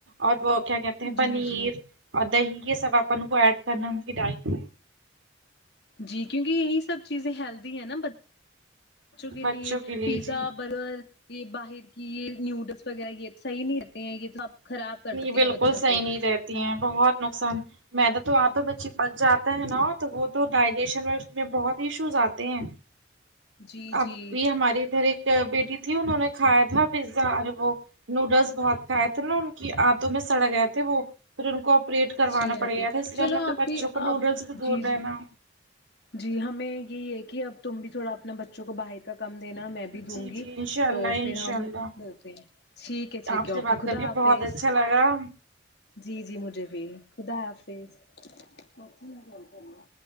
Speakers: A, on the right; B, on the left.
A: اور وہ کیا کہتے ہیں
B: جی
A: پنیر
B: جی
A: اور دہی یہ سب اپن کو ایڈ کرنا ان کی ڈالامیں
B: جی کیونکہ یہی سب چیزیں ہیلدی ہے نا بچوں کے
A: بچوں
B: لیے
A: کے
B: پیزا
A: جی
B: برگر یہ باہر کی یہ نوڈلز وغیرہ یہ صحیح نہیں رہتے ہیں یہ تو آپ خراب کر
A: نہیں
B: دیتے
A: بالکل
B: ہیں بچوں
A: صحیح
B: کو
A: نہیں رہتی ہیں بہت نقصان میدا تو ہاتھوں میں چپک جاتا ہے نا تو وہ تو ڈائجیشن میں اس میں بہت ہی ایشوز آتے ہیں
B: <inaudible>
A: اب
B: جی
A: بھی ہمارے ادھر ایک بیٹی تھی انہوں نے کھایا تھا پیزا اور وہ نوڈلز بہت کھایا تھا نا کی آنتوں میں سڑ گئے تھے وہ پھر ان کو پریٹ کروانا
B: جی آپی
A: پڑ گیا تھا اس
B: چلو
A: لیے ہم نے اپنے
B: آپی
A: بچوں کو
B: آپ
A: نوڈلس بھی دور
B: جی
A: رہنا
B: جی جی ہمیں یہی ہے کہ اب تم بھی تھوڑا اپنا بچوں کو باہر کا کم دینا میں بھی دوں
A: جی
B: گی
A: جی انشاء اللہ
B: تو پھر
A: انشاء
B: ہم
A: اللہ
B: ملتے ہیں ٹھیک ٹھیک ہے ٹھیک
A: آپ
B: ہے اوکے
A: سے بات
B: خدا
A: کر کے
B: حافظ
A: بہت اچھا لگا
B: جی جی مجھے بھی خدا حافظ سچی میں کون کرا